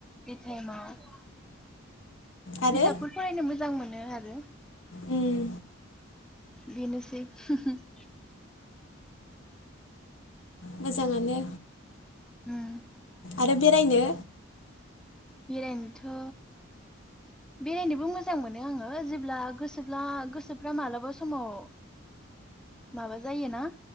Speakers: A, in the centre; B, on the left.
A: बिथाइमाव
B: आरो
A: बिजाबफोर फरायनो मोजां मोनो आरो रो
B: उम
A: बिनोसै <unintelligible>
B: मोजांङानो
A: उम
B: आरो बेरायनो?
A: बेरायनोथ' बेरायनोबो मोजां मोनो आंङो जेब्ला गोसोब्ला गोसोफ्रा मालाबा समाव माबा जायोना